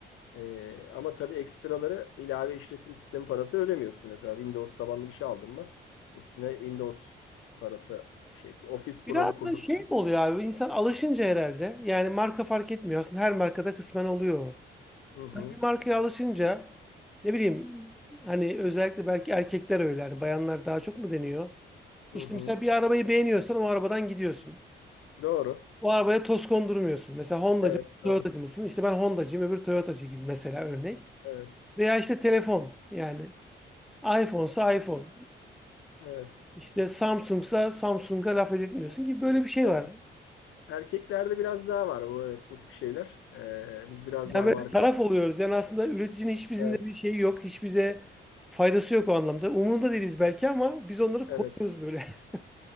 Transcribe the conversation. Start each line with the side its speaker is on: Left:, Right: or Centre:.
Left: Ee, ama tabii ekstraları ilave işletim sistemi parası ödemiyorsun. Mesela Windows tabanlı bir şey aldın mı üstüne Windows parası şey yapıyor. Office programı
Centre: Biraz
Left: kurdur.
Centre: da şey mi oluyor abi? İnsan alışınca herhalde. Yani marka fark etmiyor. Aslında her markada kısmen oluyor. o.
Left: Hı hı,
Centre: Yani bir markaya alışınca ne bileyim hani özellikle belki erkekler öyle. Hani bayanlar daha çok mu deniyor?
Left: hı
Centre: İşte
Left: hı.
Centre: mesela bir arabayı beğeniyorsan o arabadan gidiyorsun.
Left: Doğru.
Centre: O arabaya toz kondurmuyorsun. Mesela Honda'cı,
Left: Evet, doğru.
Centre: Toyota'cı mısın? İşte ben Honda'cıyım, öbür Toyota'cı gibi mesela örnek.
Left: Evet,
Centre: Veya işte telefon yani. iPhone'sa iPhone.
Left: evet,
Centre: İşte Samsung'sa Samsung'a laf edilmiyorsun ki böyle bir şey
Left: evet.
Centre: var.
Left: Erkeklerde biraz daha var bu evet bu tip şeyler. Ee, biz biraz daha
Centre: Yani böyle
Left: marka.
Centre: taraf oluyoruz. Yani aslında üreticinin hiç bizimle
Left: Evet,
Centre: bir şeyi yok. Hiç bize faydası yok o anlamda. Umurunda değiliz belki ama biz onları
Left: evet.
Centre: koruyoruz böyle. <laughs>